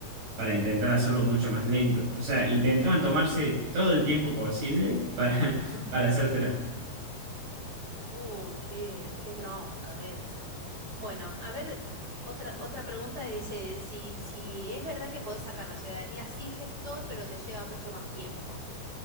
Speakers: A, on the right; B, on the right.
A: para intentar
B: Mm.
A: hacerlo mucho más lento. O sea, intentaban tomarse todo el tiempo posible para, <laughs>
B: <laughs>
A: para hacértela.
B: Uy, qué, qué bronca eso. Bueno, a ver, otra, otra pregunta dice, si, si es verdad que podés sacar la ciudadanía sin gestor, pero te lleva mucho más tiempo.